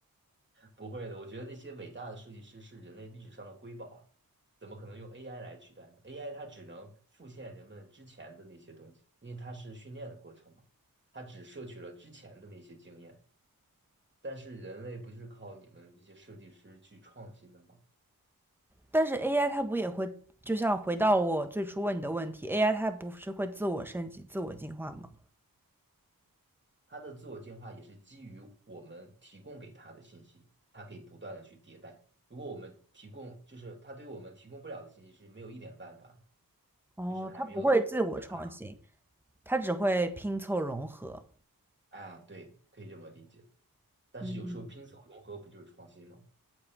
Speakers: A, on the right (about 30°); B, in the centre.
A: 不会的，我觉得那些伟大的设计师是人类历史上的瑰宝啊，怎么可能用 AI 来取代呢？AI 它只能复现人们之前的那些东西，因为它是训练的过程嘛，它只摄取了之前的那些经验。但是人类不就是靠你们这些设计师去创新的吗？
B: 但是 AI 它不也会，就像回到我最初问你的问题，AI 它不是会自我升级、自我进化吗？
A: 它的自我进化也是基于我们提供给它的信息，它可以不断的去迭代。如果我们提供，就是它对我们提供不了的信息是没有一点办法，
B: 哦，
A: 就是还没有从我们人的大脑，
B: 它不会自我创新，它只会拼凑融合。
A: 啊，对，可以这么理解。但是有时候拼凑融合不就是创新吗？
B: 嗯哼，